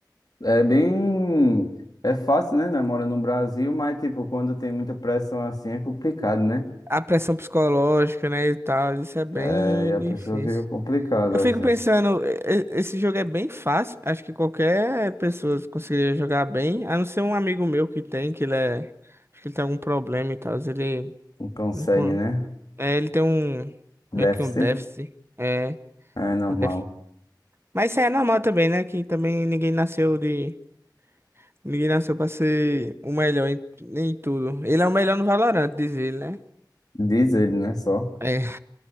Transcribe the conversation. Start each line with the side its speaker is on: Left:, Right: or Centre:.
Left: É bem. É fácil, né? né? Mora no Brasil, mas, tipo, quando tem muita pressão assim é complicado, né?
Right: A pressão psicológica, né, e tal. Isso é bem
Left: É, e a
Right: difícil.
Left: pessoa fica complicada,
Right: Eu fico
Left: assim.
Right: pensando, e- e- esse jogo é bem fácil. Acho que qualquer pessoa conseguiria jogar bem, a não ser um amigo meu que tem, que ele é. Acho que ele tem algum problema e tal. Ele.
Left: Não consegue,
Right: não con-
Left: né?
Right: É, ele tem um. Meio
Left: Déficit.
Right: que um déficit. É,
Left: É normal.
Right: um déficit. Mas isso aí é normal também, né? Que também ninguém nasceu de. Ninguém nasceu pra ser o melhor em, em tudo. Ele é o melhor no Valorant, diz ele, né?
Left: Diz ele, né? Só.
Right: É.